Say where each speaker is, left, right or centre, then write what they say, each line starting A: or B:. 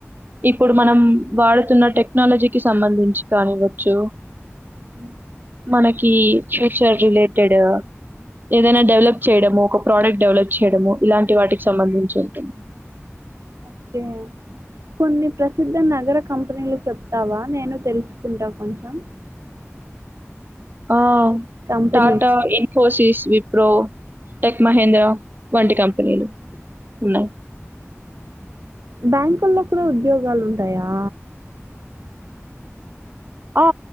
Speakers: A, on the right; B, on the right.
A: ఇప్పుడు మనం వాడుతున్న టెక్నాలజీకి సంబంధించి గాని వచ్చు.
B: <inaudible>
A: మనకి ఫ్యూచర్ రిలేటెడ్ ఏదైనా డెవలప్ చేయడమో ఒక ప్రోడక్ట్ డెవలప్ చేయడమో ఇలాంటి వాటికి సంబంధించి ఉంటుంది
B: ఓకే కొన్ని ప్రసిద్ధ నగర కంపెనీలు చెప్తావా నేను తెలుసుకుంటా కొంచెం
A: ఆ
B: కంపెనీస్
A: టాటా ఇన్ఫోసిస్ విప్ ప్రో టెక్ మహేంద్ర వంటి కంపెనీలు ఉన్నాయి
B: బ్యాంకుల్లో కూడా ఉద్యోగాలు ఉంటాయా
A: ఆ